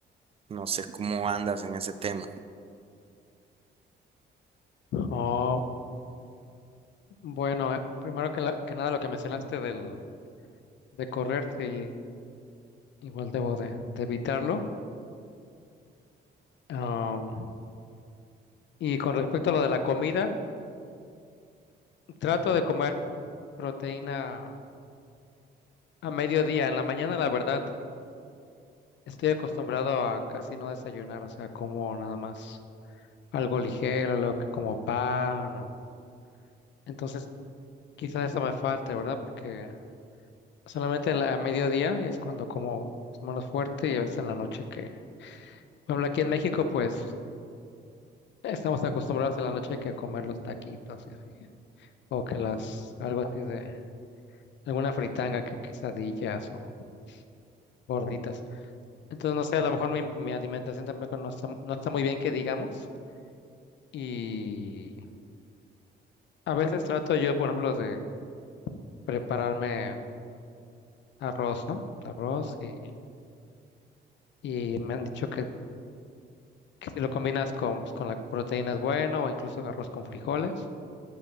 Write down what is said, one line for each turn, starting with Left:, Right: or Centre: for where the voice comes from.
Right: No sé cómo andas en ese tema.
Left: Oh, bueno, eh, primero que, la- que nada lo que mencionaste del, de correr, sí, igual debo de, de evitarlo. Am, y con respecto a lo de la comida, trato de comer proteína a mediodía. En la mañana, la verdad, Estoy acostumbrado a casi no desayunar, o sea, como nada más algo ligero, lo que como pan o... Entonces, quizás eso me falte, ¿verdad? Porque solamente la- a mediodía es cuando como menos fuerte y a veces en la noche que... Por ejemplo, aquí en México, pues, estamos acostumbrados en la noche que a comer los taquitos y así. O que las... algo así de... alguna fritanga, que quesadillas o gorditas. Entonces, no sé, a lo mejor mi, mi alimentación tampoco no está, no está muy bien que digamos. Y... A veces trato yo, por ejemplo, de prepararme arroz, ¿no? Arroz y, y me han dicho que, que si lo combinas con, pues, con la proteína es bueno o incluso arroz con frijoles.